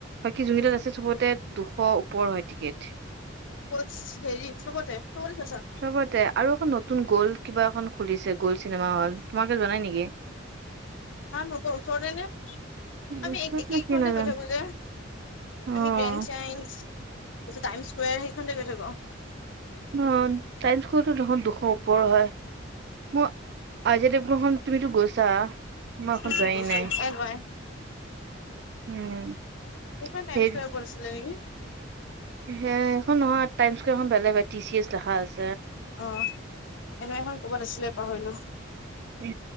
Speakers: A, on the right (about 55°); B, on the left (about 65°).
A: বাকী যোনকেইটাত
B: উম
A: আছে চবতে দুশ ওপৰ হয় টিকেট।
B: কত? হেৰি চবতে? তই কৰি চাইছা?
A: চবতে আৰু এখন নতুন গ'ল্ড কিবা এখন খুলিছে, গ'ল্ড চিনেমা হল। তোমালোকে যোৱা নাই নেকি?
B: হা নকৰোঁ। ওচৰতে নে? আমি
A: ওচৰত
B: এক একে
A: নে কি
B: খনতে
A: নাজানো
B: গৈ থাকো যে। আমি
A: অ',
B: গ্ৰেণ্ড চাইন্স, টাইমছ স্কোৱেৰ সেইখনতে গৈ থাকো।
A: অ টাইমছ স্কোৱাৰটো দেখোন দুশৰ ওপৰ হয়। মোৰ আজি খন তুমিতো গৈছে। মই এইখন
B: উম
A: যোৱাই
B: গৈছো
A: নাই।
B: এন ৱাই
A: উম।
B: সেইখন টাইম
A: সেই
B: স্কোৱেৰৰ ওপৰত আছিলে নেকি?
A: সেইখন নহয়। টাইমছ স্কোৱেৰ খন বেলেগ হয়, টি চি এছ লিখা আছে।
B: অ এনেই এখন ক'বাত আছিলে পাহৰিলো।
A: উ